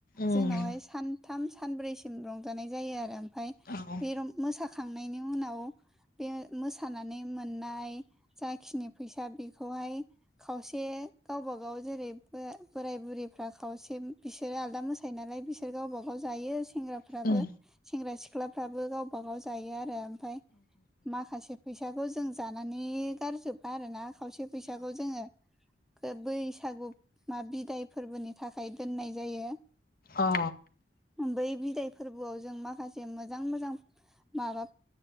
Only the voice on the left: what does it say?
उम
औ
उम
अ